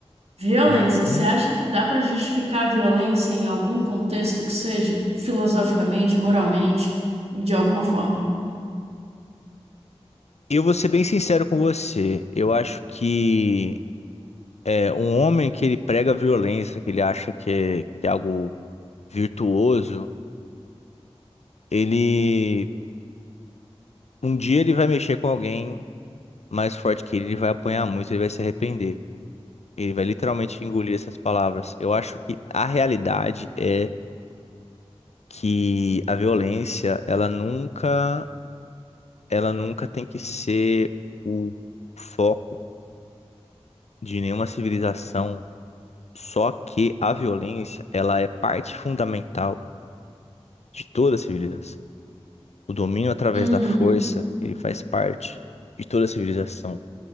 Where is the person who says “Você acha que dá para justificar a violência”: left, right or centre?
Right